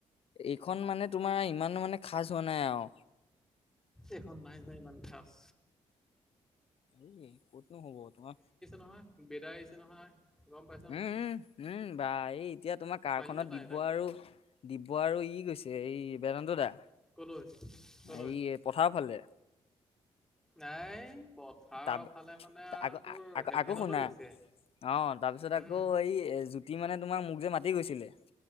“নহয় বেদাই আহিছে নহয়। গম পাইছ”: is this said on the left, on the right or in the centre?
Centre